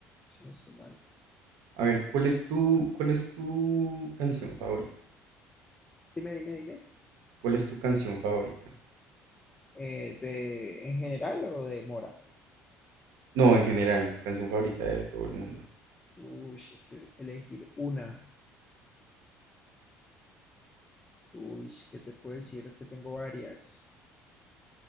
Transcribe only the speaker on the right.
A ver, ¿cuál es tu, cuál es tu canción favorita?
¿Cuál es tu canción favorita?
No, en general, tu canción favorita de todo el mundo.